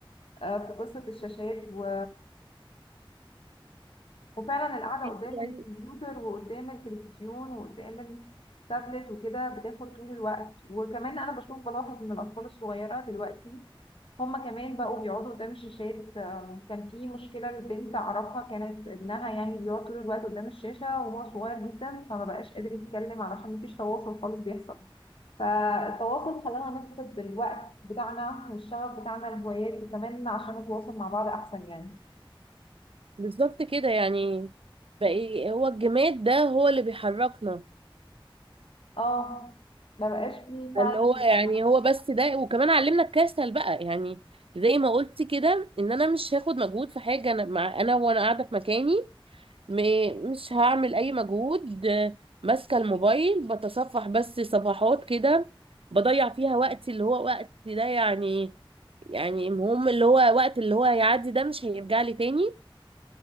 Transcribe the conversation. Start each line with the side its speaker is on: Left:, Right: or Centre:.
Left: آه، في قصه الشاشات و... وفعلا القعدة
Right: يعني
Left: قدام الكمبيوتر وقدام التلفزيون وقدام التابلت وكده بتاخد طول الوقت وكمان أنا بشوف بلاحظ إن الأطفال الصغيرة دلوقتي هما كمان بقوا بيقعدوا قدام الشاشات آم، كان في مشكلة لبنت أعرفها كانت ابنها يعني بيقعد طول الوقت قدام الشاشة وهو صغير جدا فما بقاش قادر يتكلم علشان مفيش تواصل خالص بيحصل فالتواصل خلانا نفقد الوقت بتاعنا والشغف بتاعنا الهوايات وكمان عشان نتواصل مع بعض أحسن يعني
Right: بالظبط كده يعني بقى هو الجماد ده هو اللي بيحركنا
Left: اه ما بقاش فيه فعلا
Right: اللي هو يعني هو بس ده وكمان علمنا الكسل بقى يعني زي ما قلت كده ان انا مش هاخد مجهود في حاجه انا مع انا وانا قاعده في مكاني م- مش هعمل اي مجهود آه، ماسكه الموبايل بتصفح بس صفحات كده بضيع فيها وقتي اللي هو وقت ده يعني يعني المهم اللي هو وقت اللي هو هيعدي ده مش هيرجع لي تاني